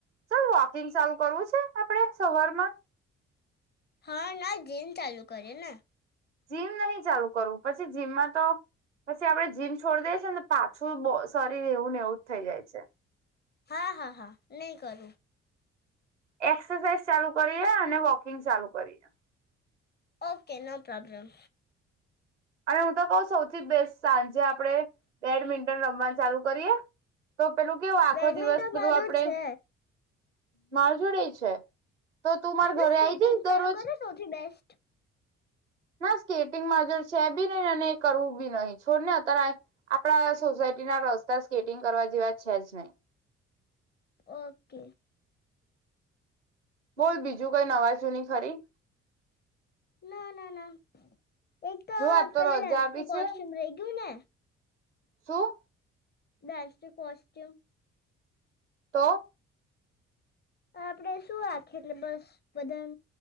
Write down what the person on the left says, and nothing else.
હા ના જીમ ચાલુ કરીએ ને.
હા હા હા નહી કરું.
Okay no problem.
બેડમિન્ટન
માધોર
છે
ને તો
સ્કેટિંગ
ચાલુ કરો સૌથી બેસ્ટ.
ઓકે.
ના ના ના. એક
પેલા
ડાન્સનું
કોસ્ટ્યુમ રહી ગયું ને
ડાન્સ ની કોસ્ટ્યુમ
આપડે શું રાખીએ એટલે બસ બધા